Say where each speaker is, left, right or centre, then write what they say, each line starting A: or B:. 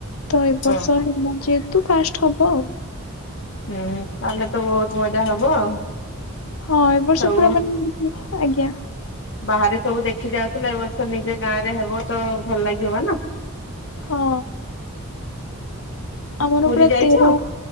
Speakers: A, on the left; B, on the left.
A: ତ ଏ ବର୍ଷ
B: ଓ
A: ହେବ ଯେହେତୁ ଫାର୍ଷ୍ଟ ହବ ଆଉ।
B: ହୁଁ ତାହେଲେ ତ ବହୁତ ମଜା ହବ ଆଉ।
A: ହଁ ଏବ ବର୍ଷ
B: ସବୁ
A: ପୁରା ମାନେ ଆଜ୍ଞା।
B: ବାହାରେ ସବୁ ଦେଖି ଯାଉଥିଲେ ଏବ ବର୍ଷ ନିଜ ଗାଁ ରେ ହେବ ତ ଭଲ ଲାଗିବ ନା।
A: ହଁ ଆମର
B: ପୁରୀ
A: ପୁରା
B: ଯାଇଛ?
A: ତେର